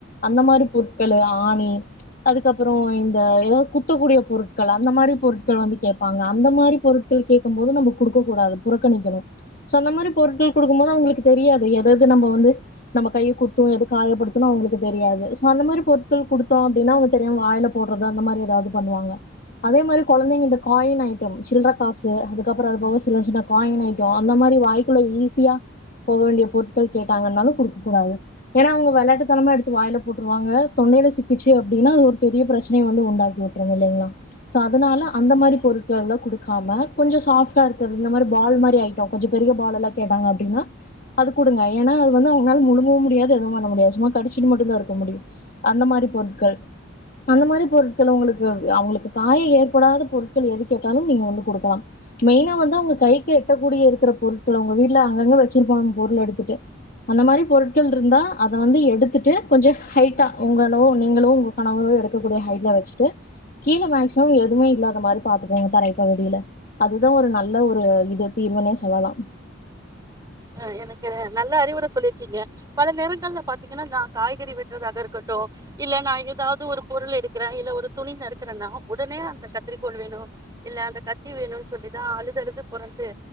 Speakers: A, on the left (about 50°); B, on the right (about 20°).
A: அந்த மாரி பொருட்கள் ஆணி அதுக்கப்பறம் இந்த ஏதாவது குத்தக்கூடிய பொருட்கள் அந்த மாரி பொருட்கள் வந்து கே பாங்க அந்த மாரி பொருட்கள் கேக்கும்போது நம்ப குடுக்கூடாது புறக்கணிக்கணும் ஸோ அந்த மாரி பொருட்கள் குடுக்கும் போது அவுங்களுக்கு தெரியாது எது எது நம்ப வந்து நம்ம கையை குத்தும் எது காயப்படுத்தணும் அவுங்களுக்கு தெரியாது ஸோ அந்த மாரி பொருட்கள் குடுத்தோம் அப்டின்னா அவுங்க தெரியாம வாயில போடுறது அந்த மாரி ஏதாவது பண்ணுவாங்க அதே மாரி கொழந்தைங்கட்ட காயின் ஐட்டம் சில்ர காசு அதுக்கப்பறம் அது போக சின்ன சின்ன காயின் ஐட்டம் அந்த மாஈரி வாய்குள்ள ஈசியா போக வேண்டிய பொருட்கள் கேட்டாங்கன்னாலும் குடுக்கக் கூடாது ஏன்னா அவுங்க வெளையாட்டுத்தனமா எடுத்து வாயில போட்டுருவாங்க தொண்டையில சிக்கிச்சு அப்பிடின்னா அது ஒரு பெரிய பிரச்சனைைய வந்து உண்டாக்கி விட்டுரு இல்லைங்களா சோ அதனால அந்த மாரி பொருட்கல்லாம் குடுக்காம கொஞ்ச சாஃப்டா இருக்க இந்த மாரி பால் மாரி ஐட்டம் கொஞ்சம் பெரிய பால் எல்லாம் கேட்டாங்க அப்பிடின்னா அது குடுங்க ஏன்னா அது வந்து அவுங்களால முழுங்கவும் முடியாது எதுவும் பண்ண முடியாது சும்மா கடிச்சுட்டு மட்டும் தான் இருக்க முடியும் அந்த மாரி பொருட்கள் அந்த மாரி பொருட்கள் அவுங்களுக்கு அவுங்களுக்கு காய ஏற்படாத பொருட் பொருட்கள் எது கேட்டாலும் நீங்க குடுக்கலாம் மெய்னா வந்து கைக்கு எட்டக்கூடிய இருக்க பொருட்கள் உங்க வீட்ல அங்கங்க வச்சிருப்பாங்க பொருள் எடுத்துட்டு அந்த மாரி பொருட்கள் இருந்தா அத வந்து எடுத்துட்டு கொஞ்சம் ஹைட்டா உங்கலோ நீங்களோ உங்க கணவரோ எடுக்கக்கூடிய ஹைட்ல வச்சுட்டு கீழ மேக்சிமம் எதுமே இல்லாத மாரி பாத்துக்கோங்க தரைப்பகுதியில அதுதான் ஒரு நல்ல ஒரு இது தீர்வுன்னுஅ சொல்லலாம்
B: ஆ எனக்கு நல்ல அறிவுரை சொல்லிருக்கீங்க பல நேரங்கள்ல பாத்தீங்கன்னா நான் காய்கறி விட்றதாக இருக்கட்டு இல்ல நாய் எதாவுது ஒரு பொருள்ள எடுக்குற இல்ல ஒரு துணி நறுக்குறேன்னா உடனே அந்த கத்திரிக்கோள் வேணு இல்ல அந்த கத்தி வேணு சொல்லிதா அழுது அழுது பொறன்டு